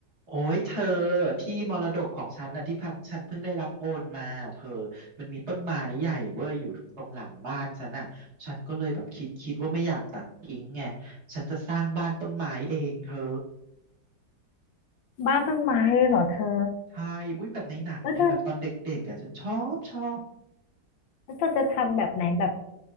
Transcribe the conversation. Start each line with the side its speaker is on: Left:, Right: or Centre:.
Right: โอ้ยเธอที่มรดกของฉันน่ะที่พังฉันเพิ่งได้รับโอนมาเธอมันมีต้นไม้ใหญ่เว้ยอยู่ตรงหลังบ้านฉันน่ะฉันก็เลยแบบคิดคิดว่าไม่อยากตัดทิ้งไงฉันจะสร้างบ้านต้นไม้เองเธอ
Left: บ้านต้นไม้เลยเหรอเธอ
Right: ใช่อุ้ยแบบในหนังไงแบบตอนเด็กๆอ่ะฉันชอบชอบ
Left: แล้วเธอแล้วเธอจะทำแบบไหนแบบ